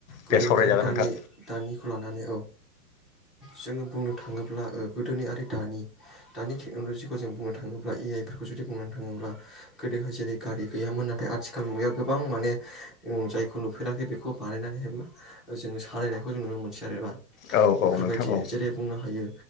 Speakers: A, on the left; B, in the centre.
A: दे
B: गोदोनि
A: सावरायजागोन
B: आरो दानि
A: नोंथां
B: दानिखौ लानानै औ। जोंङो बुंनो थांङोब्ला गोदोनि आरि दानि दानि टेक्न'लजिखौ जों बुंनो थांङोब्ला ए आइ फोरखौ जुदि बुंनो थांङोब्ला गोदोहाय जेरै गारि गैयामोन नाथाय आथिखाल खाल मुगाया गोबां माने जों जायखौ नुफेराखै बेखौ बानायनानैहाय मा जोंङो सालायनाय खौ जों नुनो मोनसै आरोबा।
A: औ
B: बेफोरबायदि
A: औ नोंथां औ
B: जेरै बुंनो हायो